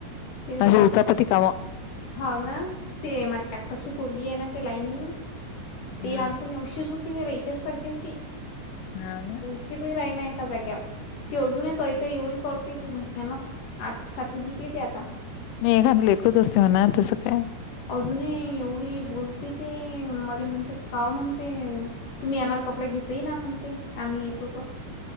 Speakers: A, on the left (about 55°); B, on the left (about 80°).
A: ते
B: असे उचापती काम.
A: हाव ना ती माय्याकाची पोरगी हाय ना ती लायनी. ती
B: हा
A: लहानपणी अशीच होती हिच्यासारखीच होती.
B: हाव ना.
A: तळशीकही राहीना एका जाग्यावर. ती अजूनही तै तै एवढी करते की भैयानक. आठ सातवी ला गेली ती आता.
B: नाही एखादं लेकरु चं असते म्हणा तसं काय.
A: अजून ही एवढी बोलते ती. मला म्हणते काव म्हणते तुम्ही आम्हाला. कपडे घेत ही ना म्हणती आम्ही येतो तर.